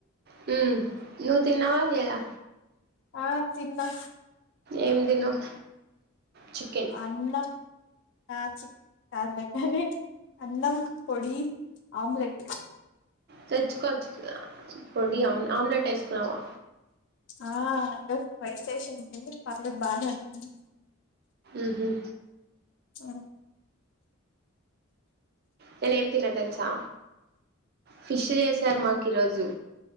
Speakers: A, on the right; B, on the left.
A: హ్మ్ నువ్ తిన్నవ లేదా
B: ఆ తిన్నా
A: ఏం తిన్నావ్ చికెన్
B: అన్న ఆ చికెన్ ఆమ్లెట్ అండి అన్నం పొడి ఆమ్లెట్
A: తెచ్చుకోవచ్చు పొడి ఆమ్ ఆమ్లెట్ వేసుకున్నావా
B: ఆ అండ్ ట్రై చేసింది గాని పర్లేదు బానే వచ్చింది
A: ఉహు
B: అ
A: నేను ఏం తిన్న తెలుసా ఫిష్ చేశారు మాకు ఈ రోజు